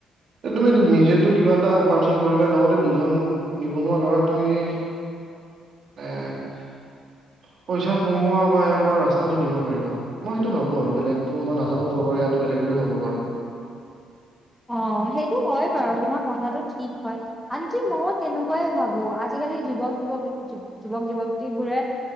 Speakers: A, on the right (about 60°); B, in the centre.
A: এ তুমি নিজেতো কিবা এটা উপাৰ্জন কৰিবা, লগতে দুজন নিবনুৱা ল'ৰাক তুমি <unintelligible> পইচা কমোৱা বা একবাৰ ৰাস্তাটো দিব পাৰিবা। মই সেইটো ভাবোঁ আৰু, বেলেগতো মই নাজানো চবৰে এয়াটো বেলেগ বুলি হ'ব বাৰু।
B: অ' সেইটো হয় বাৰু। তোমাৰ কথাটো ঠিক হয়। আনকি মইও তেনেকুৱাই ভাবোঁ, আজি কালি যুৱক- যুৱ- যুৱক-যুৱতীবোৰে